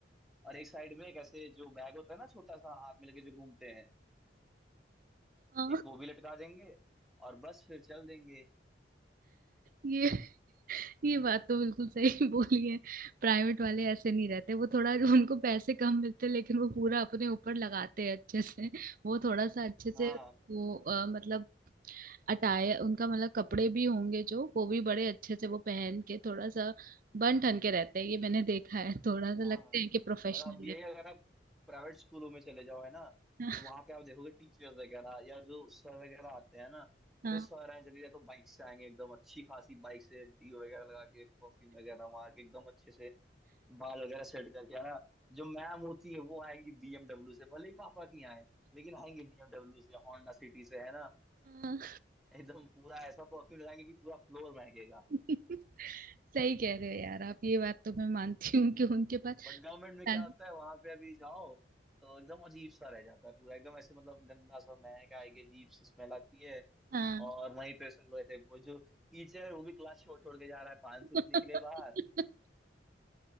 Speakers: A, in the centre; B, on the right.
A: और एक साइड में एक ऐसे जो बैग होता है ना छोटा सा हाथ में लेके जो घूमते हैं
B: हाँ
A: एक वो भी लटका देंगे और बस फिर चल देंगे
B: ये ये बात तो बिल्कुल सही <laughs> बोली है प्राइवेट वाले ऐसे नहीं रहते वो थोड़ा उनको पैसे कम मिलते हैं, लेकिन वो पूरा अपने ऊपर लगाते हैं अच्छे से वो थोड़ा सा अच्छे से
A: हाँ
B: वो अ, मतलब अटाए उनका मतलब कपड़े भी होंगे जो वो भी बड़े अच्छे से वो पहन के थोड़ा सा बन ठन के रहते हैं ये मैंने देखा है थोड़ा सा
A: हाँ
B: लगते
A: हाँ।
B: हैं कि प्रोफेशनल
A: मतलब अब यही
B: है
A: अगर आप प्राइवेट स्कूलों में चले जाओ है ना
B: <laughs>
A: तो वहां पे आप देखोगे टीचर्स वगैरह या जो सर वगैरह आते हैं ना
B: हाँ
A: जैसे सर हैं जनरली या तो बाइक से आएंगे एकदम अच्छी खासी बाइक से डीओ वगैरह लगा के परफ्यूम वगैरह मार के एकदम अच्छे से बाल वगैरह सेट करके है ना जो मैम होती है वो आएंगी बीएमडब्ल्यू से भले ही पापा की आए लेकिन आएंगे बीएमडब्ल्यू से होंडा सिटी से है ना
B: हाँ
A: एकदम पूरा ऐसा परफ्यूम लगाएंगे कि पूरा फ्लोर महकेगा
B: <laughs> सही कह रहे हो यार आप ये बात तो मैं मानती हूँ कि उनके पास
A: बट गवर्नमेंट
B: टैलेंट-
A: में क्या होता है वहां पे अभी जाओ तो एकदम अजीब सा रह जाता है पूरा एकदम ऐसे मतलब गंदा सा महक आएगी अजीब सी स्मेल आती है
B: हाँ
A: और वहीं पे सब लोग ऐसे वो जो टीचर है वो भी क्लास छोड़ छोड़ के जा रहा है पान
B: <laughs>
A: थूकने के लिए बाहर